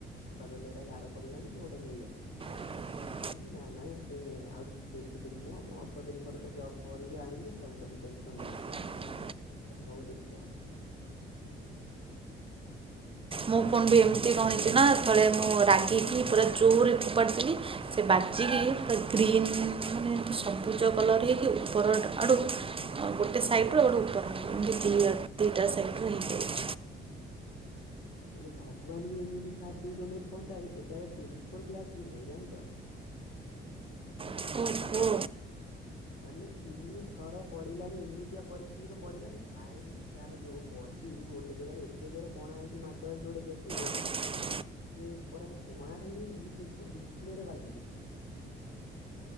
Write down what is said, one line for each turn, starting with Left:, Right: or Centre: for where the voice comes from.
Left: ବାପା କହିଲେ ଗାର ପଡିଲାଣି ତୁ ଗୋଟେ ନେଇ ଆ।
Right: <inaudible>
Left: ମୁଁ କହନି ନା ନା ସେ ଆଉ ବେଶୀ ଦିନ ନୁହଁ ମୁଁ ଅଳ୍ପ ଦିନ ପରେ ତ ଜବ୍ କରିବି ଆଣିବି ଆଉ ତମେ ଟେନସନ ନିଅନି।
Right: <unintelligible>
Left: କହିଲେ ହଉ ଦେଖିବା
Right: ମୁଁ ଫୋନ୍ ବି ଏମିତି କଣ ହେଇଛି ନା ଥରେ ମୁଁ ରାଗିକି ପୁରା ଜୋରରେ ଫୋପାଡ଼ିଦେଲି ସେ ବାଜିକି ପୁରା ଗ୍ରୀନ୍ ମାନେ ସବୁଜ କଲର ହେଇକି ଉପର ଆଡ଼ୁ ହଉ ଗୋଟେ ସାଇଟ୍ ରୁ ଗୋଟେ ଉପରଟା ଦି ଦିଇଟା ସାଇଟ୍ ହେଇ
Left: ମାନେ ଭଗବାନ ବି ଏମିତି ସାଦ୍ ଦେଇଛନ୍ତି ଏ ଫୋନଟାରେ ଏଟାରେ ଟେମ୍ପର ଗ୍ଲାସ ବି ନାହିଁ ଜାଣିଛ
Right: କୁ
Left: ମାନେ ତିନି ଥର ପଡିଲାଣି ଏମିତିଆ ପରିସ୍ଥିତିରେ ପଡିଲାଣି ସାଇ ତାର ଯୋଉ ବଡି ଗୋଟେ ଜାଗାରେ ଏତେ ଜୋର କଣା ହେଇକି ମାଡ ହେଇକି ଗୋଟେ ଗେଟିରେ
Right: ହ
Left: ସେଇ ଉପରେ କଣା ହେଇଯାଇଛି କିନ୍ତୁ ଡିସପ୍ଲେ ରେ ବାଜିନି।